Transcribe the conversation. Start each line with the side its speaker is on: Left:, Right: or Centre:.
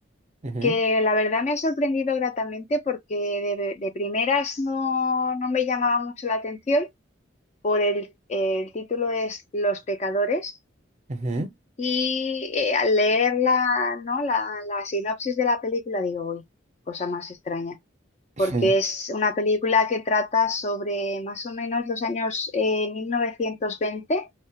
Right: Ujú,
Left: que la verdad me ha sorprendido gratamente porque de, de primeras no, no me llamaba mucho la atención por el, el título es Los pecadores
Right: ujú,
Left: y eh, al leer la, ¿no? la, la sinopsis de la película digo, uy, cosa más extraña.
Right: ujú,
Left: porque es una película que trata sobre más o menos los años eh, 1920